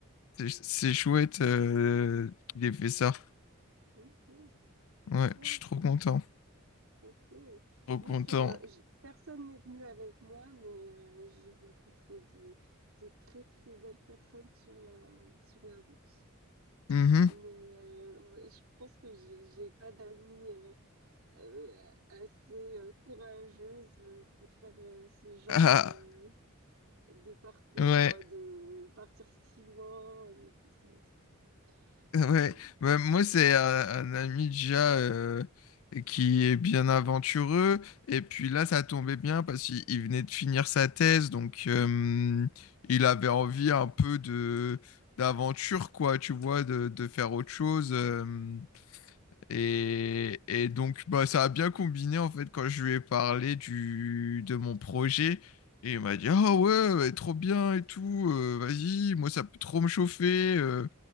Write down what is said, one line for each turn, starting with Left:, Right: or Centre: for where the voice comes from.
Left: c'est c'est chouette euh, qu'il ait fait ça.
Right: Ok,
Left: Ouais,
Right: trop
Left: je suis trop content,
Right: OK.
Left: trop
Right: Moi
Left: content.
Right: sur, heu, j'ai personne n'est venu avec moi, mais heu, j'ai rencontré de de très, très belles personnes sur la sur la route.
Left: Mhm.
Right: Mais heu, ouais, je pense que j'ai j'ai pas d'amis heu heu, assez, heu, courageuses, heu, pour faire, heu, ce genre
Left: Ah,
Right: de de parcours,
Left: ouais,
Right: enfin de partir si loin et tout ça et tout ça.
Left: ouais.
Right: Oui,
Left: Bah, moi, c'est euh, un, ami déjà euh, qui est bien aventureux. Et puis là, ça tombait bien parce qu'il il venait de finir sa thèse. Donc, euh, il avait envie un peu de d'aventure, quoi, tu vois, de, de faire autre chose. euh. Et, et donc, bah, ça a bien combiné en fait quand je lui ai parlé du, de mon projet. Et il m'a dit, Ah ouais, bah, trop bien et tout, euh, vas-y, moi ça peut trop me chauffer, euh,